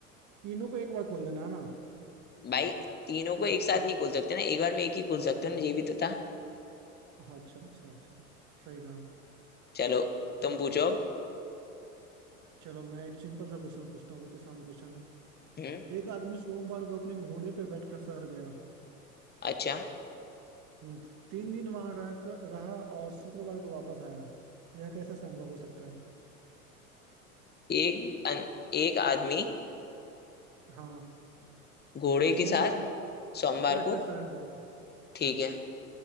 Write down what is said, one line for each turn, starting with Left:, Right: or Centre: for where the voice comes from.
Right: तीनों को एक बार खोल देना है ना
Left: भाई तीनों को एक साथ नहीं खोल सकते ना एक बार में एक ही खोल सकते हो ना ये भी तो था
Right: हाँ, अच्छा अच्छा अच्छा सही कहा
Left: चलो तुम पूछो अब।
Right: चलो मैं एक सिंपल सा क्वेश्चन पूछता हूँ वो तो आसान क्वेश्चन है
Left: हम्म
Right: एक आदमी सोमवार को अपने घोड़े पे बैठकर शहर गया
Left: अच्छा
Right: हम्म तीन दिन वहां रह कर रहा और शुक्रवार को वापस आया यह कैसा संभव हो सकता है
Left: एक अन, एक आदमी
Right: हाँ
Left: घोड़े
Right: सोमवार
Left: के साथ
Right: को
Left: सोमवार
Right: बैठकर
Left: को
Right: शहर गया
Left: ठीक है